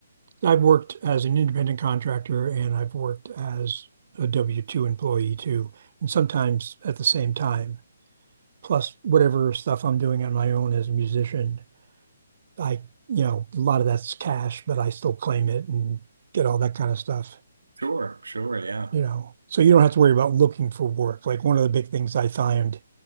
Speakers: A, on the right; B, on the right.
A: I've worked as an independent contractor and I've worked as a W-2 employee too, and sometimes at the same time. plus whatever stuff I'm doing on my own as a musician. I, you know, a lot of that's cash, but I still claim it and get all that kind of stuff,
B: Sure, sure, yeah,
A: you know. So you don't have to worry about looking for work. Like one of the big things I find